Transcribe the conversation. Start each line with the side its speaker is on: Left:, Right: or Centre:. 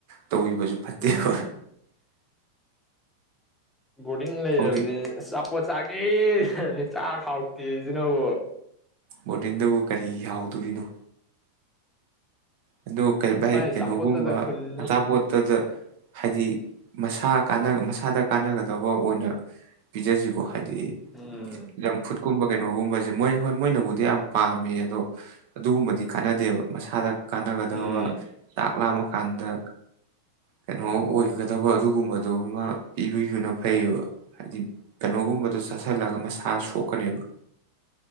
Right: ꯇꯧꯕꯤꯕꯁꯨ ꯐꯠꯇꯦꯕ
Centre: ꯎꯝ ꯕꯣꯔꯗꯤꯡ ꯂꯩꯔꯝꯅꯦ
Right: ꯍꯧꯖꯤꯛ
Centre: ꯑꯆꯥꯄꯣꯠ ꯆꯥꯒ ꯑꯦꯍ ꯆꯥꯕꯗ ꯍꯥꯎꯇꯦꯁꯤꯅꯕꯨ
Right: ꯕꯣꯔꯗꯤꯡꯗꯕꯨ ꯀꯔꯤ ꯍꯥꯎꯗꯣꯔꯤꯅꯣ꯫ ꯑꯗꯣ ꯀꯩ ꯚꯥꯏ
Centre: ꯃꯥꯏ ꯑꯆꯥꯄꯣꯠꯇꯗ
Right: ꯀꯩꯅꯣꯒꯨꯝꯕ
Centre: ꯍꯨꯟꯅꯨ
Right: ꯑꯆꯥꯄꯣꯠꯇꯗ ꯍꯥꯏꯗꯤ꯫ ꯃꯁꯥ ꯃꯁꯥꯗ ꯀꯥꯟꯅꯒꯗꯕ ꯑꯣꯏꯅ ꯄꯤꯖꯁꯤꯀꯣ ꯍꯥꯏꯗꯤ꯫
Centre: ꯎꯝ
Right: ꯗꯤ ꯖꯪ ꯐꯨꯗꯀꯨꯝꯕ ꯀꯩꯅꯣꯒꯨꯝꯕꯁꯦ꯫ ꯃꯣꯏ ꯍꯣꯏ ꯃꯣꯏꯅꯕꯨꯗꯤ ꯌꯥꯝ ꯄꯥꯝꯃꯦ ꯑꯗꯣ ꯑꯗꯨꯒꯨꯝꯕꯗꯤ ꯀꯥꯟꯅꯗꯦꯕ ꯃꯁꯥꯗ꯫ ꯀꯥꯟꯅꯒꯗꯕ
Centre: ꯎꯝ
Right: ꯆꯥꯛ ꯂꯥꯃꯀꯥꯟꯗ ꯀꯩꯅꯣ ꯑꯣꯏꯒꯗꯕ ꯑꯗꯨꯒꯨꯝꯕꯗꯣꯃ ꯄꯤꯕꯕꯅ ꯐꯩꯌꯦꯕ ꯍꯥꯏꯗꯤ ꯀꯩꯅꯣꯒꯨꯝꯕ꯫ ꯑꯗꯨ ꯆꯥꯁꯤꯜꯂꯒ ꯃꯁꯥꯁꯣꯛ꯫ ꯀꯅꯦꯕ꯫